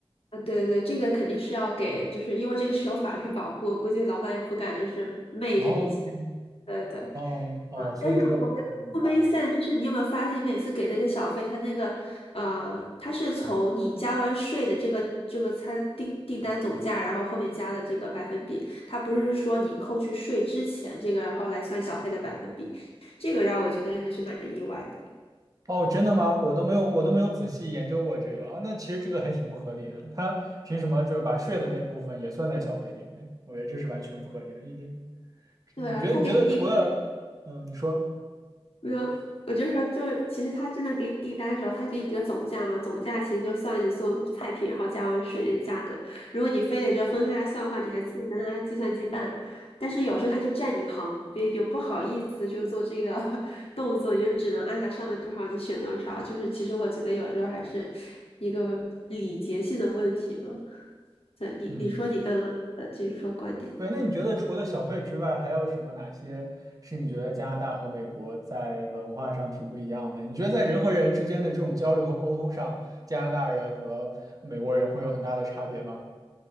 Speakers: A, on the left; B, on the right.
A: 啊，对对，这个肯定是要给，就是因为这个是有法律保护，估计老板也不敢就是昧这笔钱。
B: 哦
A: 对对
B: 哦哦，
A: 啊，
B: 所以这个嗯明白了。
A: 但是我觉得不 m a 就是你有没有发现，你每次给那个小费，他那个呃，他是从你加完税的这个这个餐订订单总价，然后后面加的这个百分比，他不是说你扣去税之前这个，然后来算小费的百分比，这个让我觉得还是蛮意外的。
B: 哦，真的吗？我都没有，我都没有仔细研究过这个啊。那其实这个还挺不合理的，他凭什么就是把税的那部分也算在小费里面？我觉得这是完全不合理的一点。
A: 对啊，
B: 你觉得？
A: 他给你订
B: 你觉得除了，嗯、你说，
A: 没有，我就说，就是其实他真的给你订单的时候，他给你一个总价嘛，总价其实就算你所有的菜品，然后加完税那个价格。如果你非得就分开来算的话，你还自己在那计算机按。但是有时候他就站你旁边，就不好意思就做这个 <laughs> 动作，你就只能按他上面多少你选多少。就是其实我觉得有时候还是一个礼节性的问题吧。对，你你说你刚刚说的，
B: 嗯，
A: 继续说观点。
B: 对，那你觉得除了小费之外，还有什么哪些是你觉得加拿大和美国在文化上挺不一样的？你觉得在人和人之间的这种交流和沟通上，加拿大人和美国人会有很大的差别吗？